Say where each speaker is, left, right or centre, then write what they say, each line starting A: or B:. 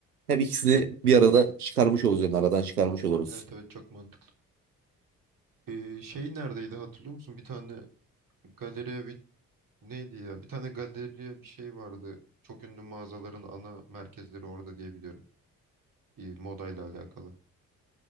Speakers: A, on the right (about 85°); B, on the right (about 45°).
A: Hem ikisini bir arada çıkarmış olacağız yani aradan çıkarmış oluruz.
B: Evet evet çok mantıklı. Ee, şey neredeydi hatırlıyor musun? Bir tane galeriye bir neydi ya? Bir tane galeriye bir şey vardı. Çok ünlü mağazaların ana merkezleri orada diye biliyorum. Ee, modayla alakalı.